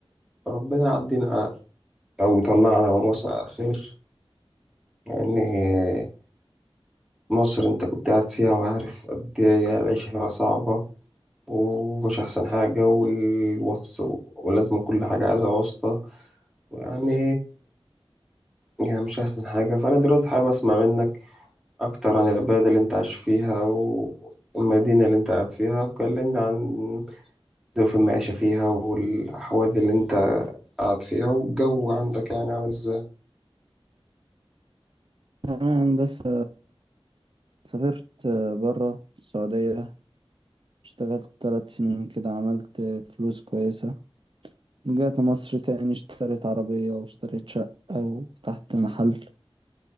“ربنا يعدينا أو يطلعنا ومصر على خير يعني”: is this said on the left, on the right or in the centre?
Centre